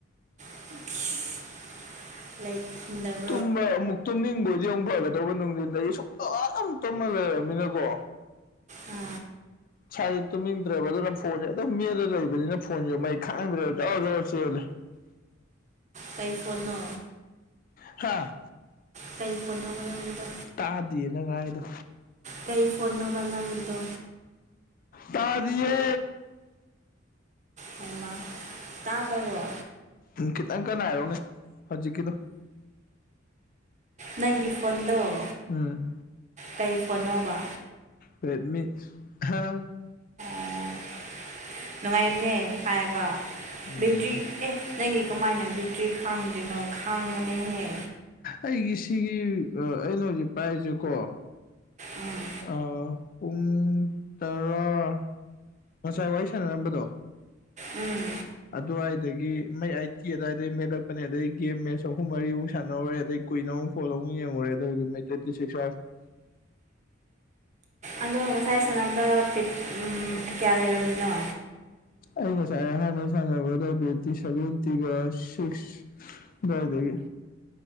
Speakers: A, on the right; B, on the left.
A: <unintelligible>
B: ꯇꯨꯝꯕ ꯑꯃꯨꯛ ꯇꯨꯝꯅꯤꯡꯕꯣꯏꯗꯤ ꯑꯃꯨꯛ ꯐꯒꯗꯧꯕ ꯅꯨꯡꯊꯤꯟꯗꯒꯤ ꯁꯨꯡꯇꯨꯝ ꯇꯨꯝꯃ ꯂꯩꯔꯃꯤꯅꯀꯣ
A: ꯎꯝ
B: ꯁꯥꯥꯖꯦ ꯇꯨꯝꯅꯤꯡꯗ꯭ꯔꯦꯕ ꯑꯗꯨꯅ ꯐꯣꯟꯖꯦ ꯑꯗꯨꯝ ꯃꯦꯠꯂ ꯂꯩꯕꯅꯤꯅ ꯐꯣꯟꯖꯨ ꯃꯩ ꯈꯥꯡꯗ꯭ꯔꯦꯕ ꯖꯣꯔꯣ ꯖꯣꯔꯣ ꯆꯦꯜꯂꯦ
A: ꯀꯩ ꯄꯣꯠꯅꯣ
B: ꯍꯥꯥ
A: ꯀꯩ ꯄꯣꯠꯅꯣꯕꯥ ꯅꯪꯒꯤꯗꯣ
B: ꯇꯥꯗꯤꯌꯦ ꯅꯪ ꯉꯥꯡꯉꯤꯗꯣ
A: ꯀꯩ ꯐꯣꯟꯅꯣꯕ ꯅꯪꯒꯤ ꯗꯣ
B: ꯇꯥꯔꯤꯌꯦ
A: ꯍꯩꯃꯥ ꯇꯥꯗꯕꯔꯣ
B: ꯎꯝ ꯈꯤꯇꯪ ꯀꯟꯅ ꯍꯥꯏꯔꯛꯎꯅꯦ ꯍꯧꯖꯤꯛꯀꯤꯗꯣ
A: ꯅꯪꯒꯤ ꯐꯣꯟꯗꯣ
B: ꯎꯝ
A: ꯀꯩ ꯐꯣꯟꯅꯣꯕ
B: ꯔꯦꯠꯃꯤ <unintelligible>
A: ꯑꯣ ꯅꯨꯡꯉꯥꯏꯕꯅꯦ ꯄꯥꯏꯕ
B: ꯎꯝ
A: ꯕꯦꯇ꯭ꯔꯤ ꯑꯦ ꯅꯪꯒꯤ ꯀꯃꯥꯏꯅ ꯕꯤꯇ꯭ꯔꯤ ꯈꯥꯡꯗ꯭ꯔꯤꯅꯣ ꯈꯥꯡꯕꯅꯦꯍꯦ
B: ꯑꯩꯒꯤ ꯁꯤꯒꯤ ꯑ ꯑꯩꯅ ꯍꯧꯖꯤꯛ ꯄꯥꯏꯔꯤꯁꯦꯀꯣ
A: ꯎꯝ
B: ꯑ ꯄꯨꯡ ꯇꯔꯥ ꯉꯁꯥꯏ ꯋꯥꯔꯤ ꯁꯥꯟꯅꯔꯝꯕꯗꯣ
A: ꯎꯝ
B: ꯑꯗꯨꯋꯥꯏꯗꯒꯤ ꯃꯩ ꯑꯥꯏꯠꯇꯤ ꯑꯗꯏꯗꯩ ꯃꯦꯠꯂꯛꯄꯅꯦ ꯑꯗꯩ ꯒꯦꯝ ꯃꯦꯠꯆ ꯑꯍꯨꯝ ꯃꯔꯤꯃꯨꯛ ꯁꯥꯟꯅꯧꯔꯦ ꯑꯗꯩ ꯀꯨꯏꯅ ꯃꯨꯛ ꯐꯣꯜ ꯌꯦꯡꯉꯨꯔꯦ ꯑꯗꯨꯒꯤ ꯃꯩ ꯇ꯭ꯋꯦꯟꯇꯤꯁꯤꯛꯁ ꯃꯨꯛ ꯌꯥꯎꯔꯝꯃꯤ
A: ꯑꯗꯣ ꯉꯁꯥꯏ ꯁꯅꯥꯕꯗ ꯄꯦꯛ ꯎꯝ ꯌꯥ ꯂꯩꯔꯝꯃꯤꯅꯣ
B: ꯑꯩ ꯉꯁꯥꯏ ꯑꯍꯥꯟꯕ ꯁꯥꯟꯅꯕꯗ ꯕꯦꯠꯇꯤ ꯁꯚꯦꯟꯇꯤꯒ ꯁꯤꯛꯁ ꯑꯗꯥꯏꯗꯒꯤ